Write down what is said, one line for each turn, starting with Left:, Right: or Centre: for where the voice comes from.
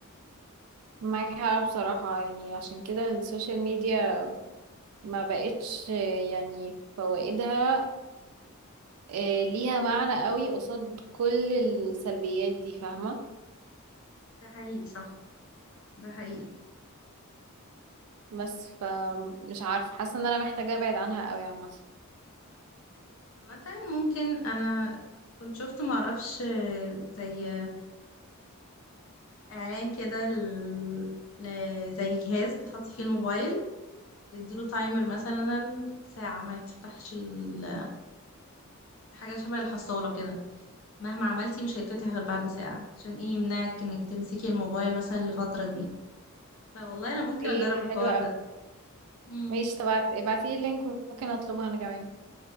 Right: معاك حق بصراحة يعني عشان كده السوشيال ميديا ما بقتش يعني فوائدها آه، ليها معنى قوي قصاد كل السلبيات دي فاهمة
Left: ده حقيقي صح ده حقيقي
Right: بس فمش عارفة حاسة ان انا محتاجة ابعد عنها قوي عامة
Left: مثلا ممكن انا كنت شفت معرفش زي اعلان كده ل... ل- زي جهاز بتحطي فيه الموبايل تديله تايمر مثلا ساعة ما تفتحش ال... حاجة شبه الحصالة كده مهما عملتي مش هيتفتح غير بعد ساعة عشان ايه يمنعك انك تمسكي الموبايل مثلا الفترة دي فوالله انا ممكن
Right: ايه
Left: اجرب
Right: ده حلو
Left: الحوار
Right: قوي
Left: ده امم
Right: ماشي طب ابعتيلي اللينك ممكن اطلبها انا كمان